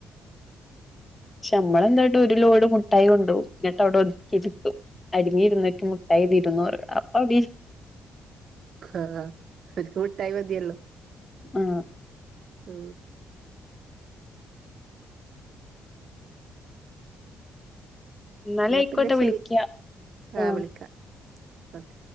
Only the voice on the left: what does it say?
നമ്മളെന്തായിട്ട് ഒരു ലോഡ് മുട്ടായി കൊണ്ടുപും എന്നിട്ട് അവിടെ ഒതുക്കി വിട്ടു അടുങ്ങിയിരുന്നക്ക മുക്കഴതിീരുന്ന അ
ആഹ
എന്നാലെ
ആയിക്കോട്ടെ
വിളിക്ക ആ